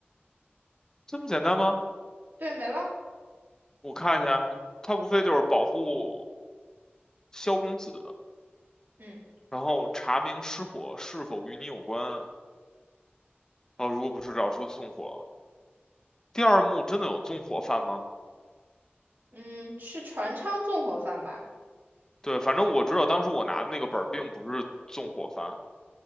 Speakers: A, on the left; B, on the right.
A: 这么简单吗？
B: 对，没了。
A: 我看一下，它无非就是保护萧公子，
B: 嗯
A: 然后查明失火是否与你有关。哦，如果不是找出纵火，第二幕真的有纵火犯吗？
B: 嗯，吃船舱纵火犯吧，
A: 对，反正我知道当时我拿的那个本儿并不是纵火犯，